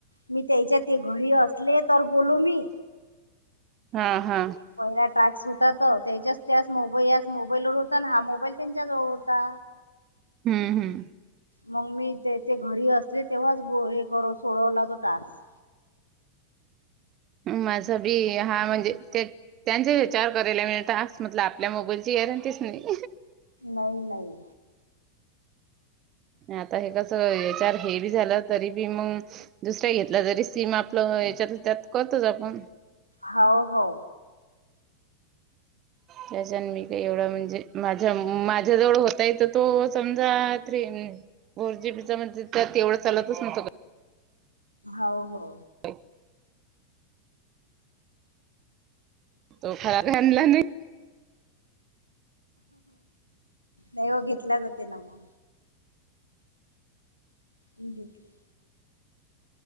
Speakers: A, on the left; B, on the right.
A: मी त्याच्या ते घरी असले तर बोलो मी.
B: हा हा.
A: पहिला ट्रॅक्स होतात त्याच्याच त्याच मोबई मोबाईल व होता आणि हा मोबाईल त्यांच्या जवळ होता.
B: हम्म हम्म
A: मग मी ते ते घरी असले तेव्हाच हे कर सोडवला तो टास्क.
B: ह माझ बी हा म्हणजे त्यांचा विचार करायला, मिळ म्हट आपल्या मोबाईलची गरंटीच नाही.
A: नाही नाही.
B: आता हे कस याच्याार हेवी झालं तरी बी मग. दुसऱ्या घेतला जरी सिम आपलं याच्यात त्यात करतोच आपण.
A: हो हो.
B: त्याच्यान मी काही एवढं म्हणजे. माझ्या माझ्याजवळ होताय तर तो समजा त. फोर जीबी चा म्हण त्या तेवढं चालतच नव्हं का?
A: हो हो.
B: हो तो फराक आणला नाही.
A: नाही हो घेतल्या जाते ना मग. घेतला